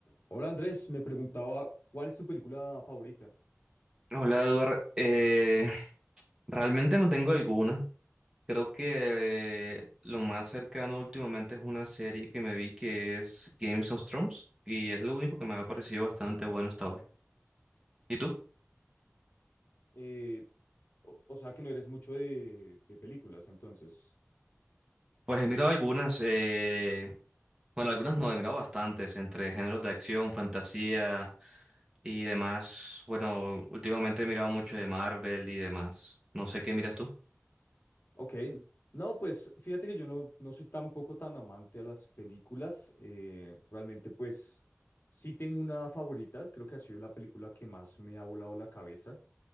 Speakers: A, on the left; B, on the right.
A: Hola Andrés, me preguntaba cuál es tu película favorita.
B: Hola, Eduard. Eh, realmente no tengo alguna. Creo que eh, lo más cercano últimamente es una serie que me vi que es Games of Thrones y es lo único que me ha parecido bastante bueno hasta ahora. ¿Y tú?
A: Eh, o, o sea que no eres mucho de, de películas, entonces.
B: Pues he mirado algunas, eh, bueno, algunas no, he mirado bastantes, entre géneros de acción, fantasía y demás. Bueno, últimamente he mirado mucho de Marvel y demás. No sé qué miras tú.
A: Ok, no, pues fíjate que yo no, no soy tampoco tan amante a las películas. eh, realmente pues sí tengo una favorita, creo que ha sido la película que más me ha volado la cabeza.